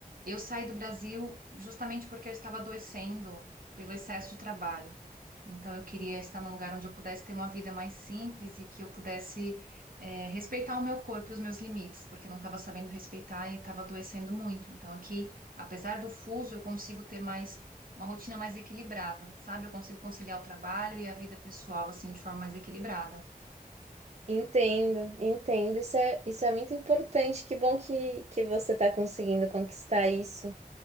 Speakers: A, on the right; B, on the right.
A: eu saí do Brasil justamente porque eu estava adoecendo pelo excesso de trabalho. Então, eu queria estar num lugar onde eu pudesse ter uma vida mais simples e que eu pudesse, eh, respeitar o meu corpo e os meus limites, porque eu não estava sabendo respeitar e estava adoecendo muito. Então, aqui, apesar do fuso, eu consigo ter mais uma rotina mais equilibrada, sabe? Eu consigo conciliar o trabalho e a vida pessoal, assim, de forma mais equilibrada.
B: Entendo, entendo. Isso é, isso é muito importante. Que bom que, que você está conseguindo conquistar isso.